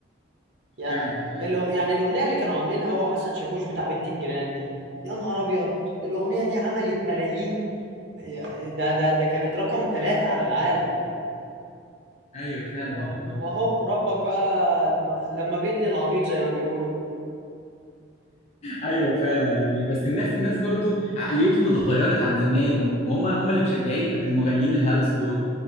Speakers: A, on the right; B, on the left.
A: يعني
B: فعلا فعلا
A: الأغ... يعني
B: والله.
A: الاغنيه اللي كانوا عاملينها هو وحسن شاكوش بتاع بنت الجيران دي يا نهار ابيض الاغنيه دي عملت ملايين يا- ده ده ده كانت رقم ثلاثة على العالم
B: ايوه فعلا
A: و-
B: والله
A: واهو ربك بقى لما, لما بيدي العبيط زي ما بيقولوا
B: ايوه فعلا يعني بس الناس الناس برضو عقليتهم اتغيرت عن زمان وهم هم اللي مشجعين المغنيين الهلس دول